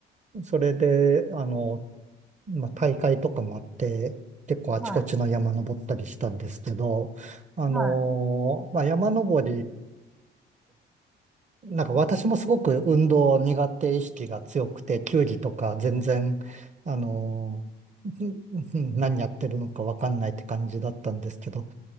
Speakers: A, on the right; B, in the centre.
A: それで、あのーまあ、大会とかもあって、結構あちこちの山登ったりしたんですけど、
B: はい。
A: あのーまあ、
B: はい。
A: 山登なんか私もすごく運動苦手意識が強くて、球技とか全然、あのーんん何やってるのかわかんないって感じだったんですけど、